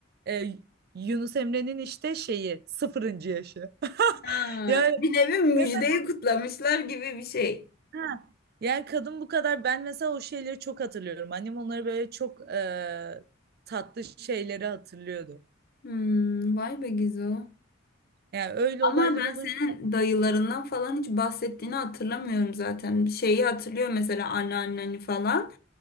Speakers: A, on the right; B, on the left.
A: e, Yunus Emre'nin işte şeyi sıfırıncı yaşı. <laughs>
B: Ha,
A: Yani
B: bir nevi müjdeyi
A: mesela
B: kutlamışlar gibi bir şey.
A: ha, yani kadın bu kadar ben mesela o şeyleri çok hatırlıyorum. Annem onları böyle çok e, tatlı şeyleri hatırlıyordu.
B: Hmm, vay be Gizo.
A: Yani öyle
B: Ama
A: olaylar
B: ben
A: olunca
B: senin dayılarından falan hiç bahsettiğini hatırlamıyorum zaten. Şeyi hatırlıyor mesela anneanneni falan.